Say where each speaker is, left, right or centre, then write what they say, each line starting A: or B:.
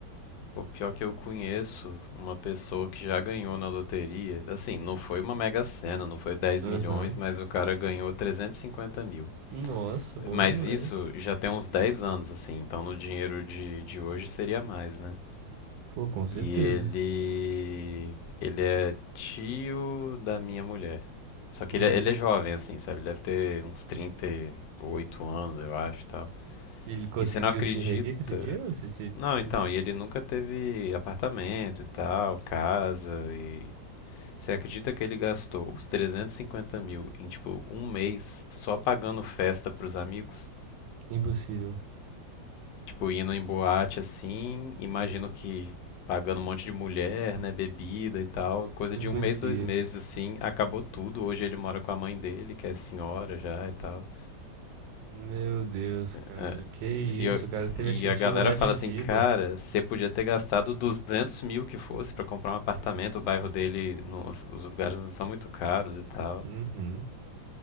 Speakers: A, on the left; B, on the right.
A: O pior que eu conheço uma pessoa que já ganhou na loteria. Assim, não foi uma mega sena, não foi dez
B: Aham.
A: milhões, mas o cara ganhou 350 mil.
B: Nossa, bom
A: Mas
B: demais.
A: isso já tem uns 10 anos, assim, então no dinheiro de, de hoje seria mais, né?
B: Pô, com certeza.
A: E ele. Ele é tio da minha mulher. Só que
B: Uhum.
A: ele é, ele é jovem, assim, sabe? Ele deve ter uns trinta e oito anos, eu acho, e tal.
B: E Ele conseguiu
A: E você não acredita.
B: se reerguer com esse dinheiro? ou Se, se,
A: Não,
B: se...
A: então, e ele nunca teve apartamento e tal, casa, e. Você acredita que ele gastou os 350 mil em, tipo, um mês só pagando festa pros amigos?
B: Impossível.
A: Tipo, indo em boate assim, imagino que pagando um monte de mulher, né, bebida e tal, coisa
B: Impossível.
A: de um mês, dois meses assim, acabou tudo. Hoje ele mora com a mãe dele, que é senhora já e tal.
B: Meu Deus, cara.
A: É, é,
B: Que isso,
A: E, eu-
B: cara. Teve
A: e
B: a chance
A: a galera
B: de mudar
A: fala
B: de vida.
A: assim, cara, você podia ter gastado 200 mil que fosse pra comprar um apartamento. O bairro dele, não- os lugares não são muito caros e tal.
B: Uhum.